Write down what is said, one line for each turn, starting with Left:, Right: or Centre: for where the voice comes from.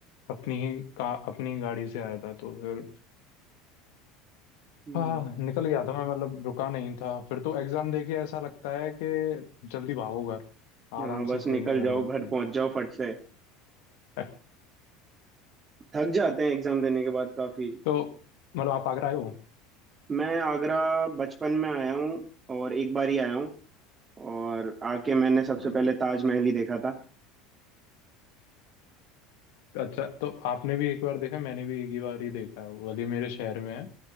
Left: अपनी ही का अपनी गाड़ी से आया था तो फिर
Right: हम्म
Left: हाँ निकल गया था मैं मतलब रुका नहीं था फिर तो एग्जाम देके ऐसा लगता है कि जल्दी भागो घर आराम
Right: हाँ बस
Left: से सोएंगे
Right: निकल
Left: घर
Right: जाओ
Left: जाके
Right: घर पहुंच जाओ फट से
Left: <laughs>
Right: थक जाते हैं एग्जाम देने के बाद काफी
Left: तो मतलब आप आगरा आए हो
Right: मैं आगरा बचपन में आया हूँ और एक बार ही आया हूँ और आके मैंने सबसे
Left: हम्म,
Right: पहले ताजमहल ही देखा था
Left: अच्छा तो आपने भी एक बार देखा मैंने भी एक ही बार ही देखा है वो अली मेरे शहर में है